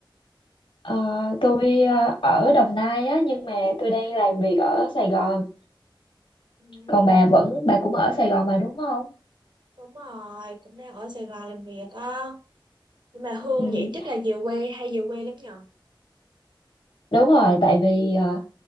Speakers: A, on the left; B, on the right.
A: Ờ, tôi ờ, ở Đồng Nai á, nhưng mà tôi đang làm việc ở Sài Gòn.
B: Ừ,
A: còn bà vẫn bà cũng ở Sài Gòn mà đúng không
B: đúng rồi, cũng đang ở Sài Gòn làm việc á. Nhưng mà Hương
A: ừ,
B: vậy chắc là về quê hay về quê lắm nhờ?
A: đúng rồi tại vì ờ,